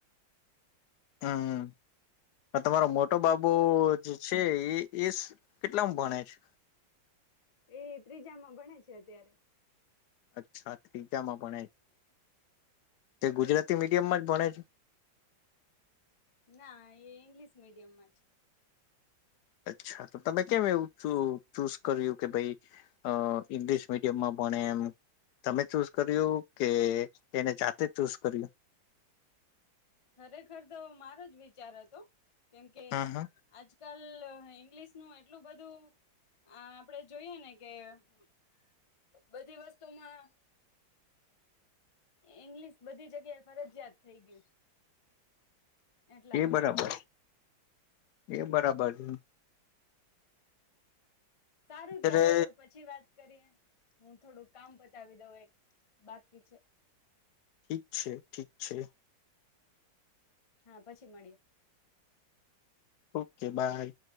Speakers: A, on the left (about 70°); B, on the left (about 55°).
A: હમ તમારો મોટો બાબુ જે છે એ એ કેટલામાં ભણે છે.
B: એ ત્રીજામાં ભણે છે અત્યારે.
A: અચ્છા. ટીચામાં પણ એ તે ગુજરાતી મીડિયમમાં જ ભણે છે.
B: ના એ ઇંગ્લિશ મીડિયમમાં જ.
A: અચ્છા તો તમે કેમ એવું ચૂઝ કર્યું કે ભાઈ ઈંગ્લિશ મીડિયમમાં ભણે એમ તમે ચૂઝ કર્યું કે એને જા તે ચૂઝ કર્યો
B: ખરેખર તો મારો જ વિચાર હતો <inaudible> કેમ કે
A: હા હા
B: આજ કલ ઇંગ્લિશ નું એટલું બધું આપડે જોઈએ ને <inaudible> બધી વસ્તુમાં ઇંગ્લિશ બધી જગ્યા એ ફરજિયાત થઇ ગયું છે. એટલા
A: એ
B: માટે
A: બરાબર. એ બરાબર છે.
B: સારું
A: અત્યારે
B: ત્યારે તો પછી વાત કરીએ હું થોડુંક કામ પતાવી દઉં એક બાકી છે.
A: ઠી છે ઠીક છે.
B: હા પછી મળી.
A: Okay by.